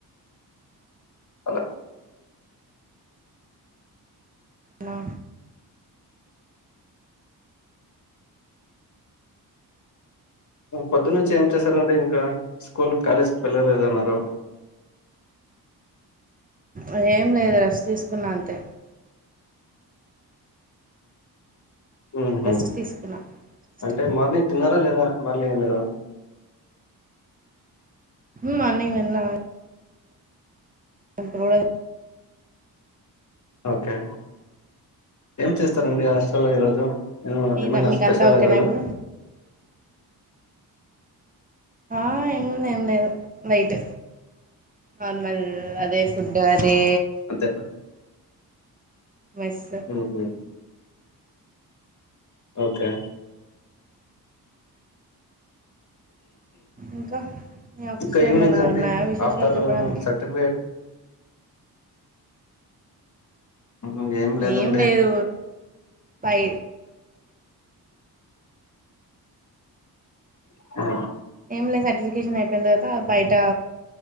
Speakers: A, on the left (about 50°); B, on the right (about 20°).
A: అలా
B: హలో
A: పొద్దు నుంచి ఏం చేశారండి ఇంకా స్కూల్ కాలేజ్ వెళ్లలేదన్నారు
B: అదేం లేదు రేస్ట్ తీసుకున్న అంతే
A: ఉహు
B: రెస్ట్ తీసుకున్నా జస్ట్
A: అంటే మార్నింగ్ తిన్నారా లేదా మల్లి మీరు
B: హ్మ్మ్ మార్నింగ్ విన్నవే అప్పు కూడా
A: ఓకే ఏం చేస్తారండి హాస్టల్లో ఈరోజు
B: మీద
A: ఏమన్నా
B: మీకంతా
A: స్పెషల్
B: ఓకేనా
A: అ ఈరోజు
B: ఇప్పుడు ఆ ఏముంది ఏం లేదు వైట్ నార్మల్ అదే ఫుడ్ అదే
A: అంతేమ్మ
B: మెస్
A: హు హ్మ్మ్ ఓకే
B: ఇంకా మీ ఆఫీస్లో
A: ఇంకా ఈవినింగ్స్
B: ఏమైనా
A: అంటే
B: ఉన్నాయా విశేషాలు
A: ఆఫ్టర్
B: చెప్పడానికి
A: సర్టిఫికేట్ హ్మ్. లేదండి
B: ఏం లేదు పై
A: <unintelligible>
B: ఏం లేదు సర్టిఫికేషన్ అయిపోయిన తర్వాత బయట